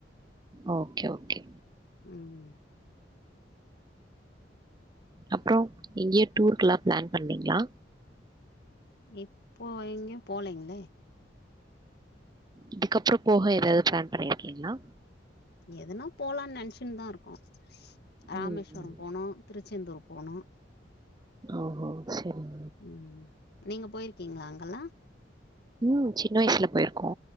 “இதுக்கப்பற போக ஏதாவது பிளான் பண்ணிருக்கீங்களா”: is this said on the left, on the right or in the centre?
Right